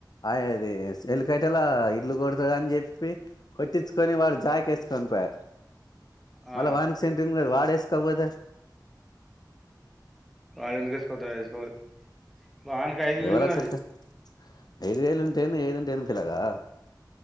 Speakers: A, on the left (about 60°); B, in the centre.
A: అయది సెల్ కట్టేలా ఇల్లు కొడతా. అని చెప్పి కొట్టించుకొని వాడు జాక్ ఏసుకొనిపోయారు.
B: ఆ,
A: మళ్ల వాని కి సెంట్రింగ్ లేదు వాడేస్ ఇంకబోతే
B: వాలేందుకేసుకొద ఏసుకోవాలి వానికి ఐదు వేలు
A: ఎవలెక్కడికి
B: ఉన్నది.
A: ఐదు వేలు ఉంటేంది ఏది ఉంటేంది పిలగా